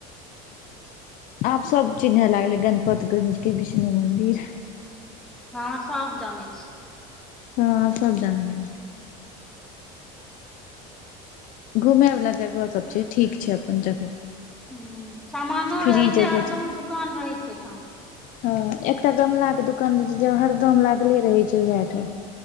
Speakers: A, on the left; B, in the centre.
A: आब सब चिन्है लागले गनपतगंज के बिष्णु मंदिर।
B: हँ, सब जानै छै।
A: हँ सब जान लागै। घूमय बला जगह सब छै, ठीक छै अपन जगह।
B: हूं, सामानो
A: फ्री
B: रहै
A: जगह
B: छै अरदम दुकान रहै छै ऐठाम।
A: हँ, एकटा गमला के दुकान रहे छै जे में हरदम लागले रहे छै वेह ठा